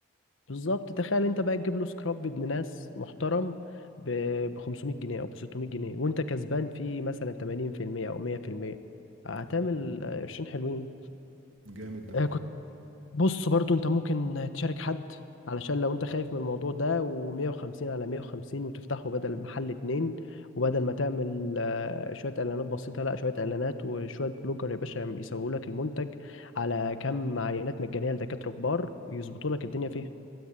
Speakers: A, on the left (about 70°); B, on the right (about 75°).
A: بالظبط تخيل انت بقى تجيب له سكراب بابن ناس محترم ب 500 جنيه او ب 600 جنيه وانت كسبان فيه مثلا 80% او 100% هتعمل
B: اه
A: آه، قرشين حلوين
B: جامد ده
A: آه، كنت بص برضو انت ممكن تشارك حد علشان لو انت خايف من الموضوع ده و150 على 150 وتفتحه بدل المحل اتنين وبدل ما تعمل آه، شوية اعلانات بسيطة لا شوية اعلانات وشوية بلوجر يا باشا يسوقوا لك المنتج على كم عينات مجانية لدكاترة كبار يظبطوا لك الدنيا فيها